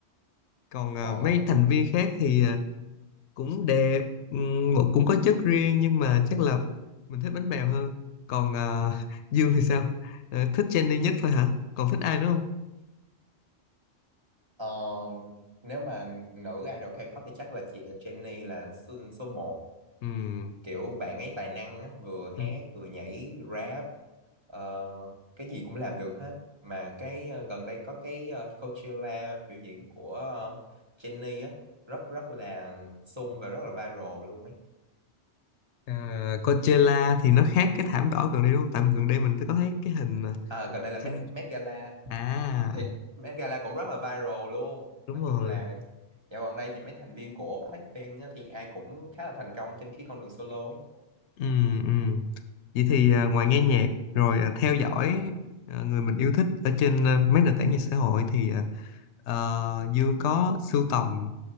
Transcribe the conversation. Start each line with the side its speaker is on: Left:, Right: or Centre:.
Left: còn ờ,
Right: Ờ,
Left: mấy thành viên khác thì ờ, cũng đẹp ừm, một cũng có chất riêng nhưng mà chắc là mình thích bánh bèo hơn còn ờ, <laughs> Dương thì sao Ờ, thích Jennie nhất thôi hả còn thích ai nữa không
Right: ờ, nếu mà nữ idol K-pop thì chắc là chị Jennie là số, số 1.
Left: Ừm,
Right: Kiểu bạn ấy tài năng á, vừa
Left: ừm.
Right: hát, vừa nhảy, rap, ờ, cái gì cũng làm được hết. Mà cái ờ, gần đây có cái ờ, Coachella biểu diễn của ờ, Jennie á, rất rất là sung và rất là viral luôn ấy.
Left: Ờ, Coachella thì nó khác cái thảm đỏ gần đây đúng không tại gần đây mình có thấy cái hình mà
Right: À, gần đây là
Left: trên
Right: Met, Met Gala
Left: à
Right: thì Met Gala cũng rất là viral luôn
Left: đúng
Right: nói
Left: rồi
Right: chung là dạo gần đây thì mấy thành viên của Blackpink á, thì ai cũng khá là thành công trên cái con đường solo ấy
Left: ừ ừ Vậy thì à, ngoài nghe nhạc rồi à, theo dõi à, người mình yêu thích ở trên à, mấy nền tảng mạng xã hội thì à, ờ, Dương có sưu tầm